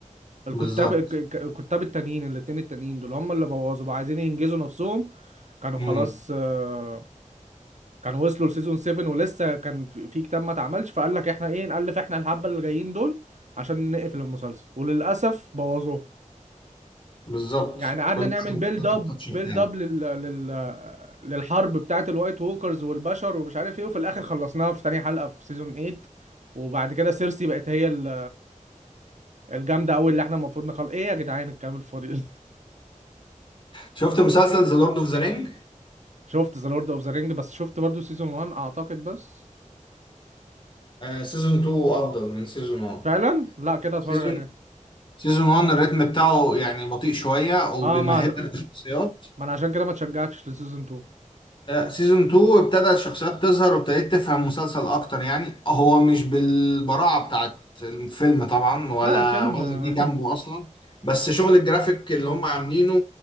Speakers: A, on the right; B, on the left.
A: الكتاب
B: بالظبط
A: الك- الك- الكتاب التانيين الاتنين التانيين دول هم اللي بوظوا بقى عايزين ينجزوا نفسهم كانوا
B: مم.
A: خلاص آه، كانوا وصلوا لسيزون 7 ولسه كان في في كتاب ما اتعملش فقال لك احنا ايه نألف احنا الحبة اللي جايين دول عشان نقفل المسلسل وللأسف بوظوه
B: بالظبط
A: يعني قعدنا
B: كل
A: نعمل
B: حاجة
A: بيلد
B: بتحط
A: اب
B: التاتش بتاعك
A: بيلد اب لل... لل... للحرب بتاعت الوايت ووكرز والبشر ومش عارف ايه وفي الاخر خلصناها في تاني حلقة في سيزون 8 وبعد كده سيرسي بقت هي ال- الجامدة قوي اللي احنا المفروض نخلص ايه يا جدعان الكلام الفاضي ده
B: شفت مسلسل ذا لورد اوف ذا رينج
A: شفت ذا لورد اوف ذا رينج بس شفت برضو سيزون 1 اعتقد بس
B: سيزون 2 افضل من سيزون 1
A: فعلا لا كده هتفرج
B: سيزون
A: عليه
B: سيزون 1 الريتم بتاعه يعني بطيء شوية وبيمهد
A: اه ما هت-
B: لك الشخصيات
A: ما انا عشان كده ما اتشجعتش لسيزون 2
B: سيزون 2 ابتدى الشخصيات تظهر وابتديت تفهم المسلسل اكتر يعني هو مش بالبراعة بتاعت الفيلم طبعا ولا
A: لا الفيلم
B: ولا
A: آه
B: جه جنبه اصلا بس شغل الجرافيك اللي هم عاملينه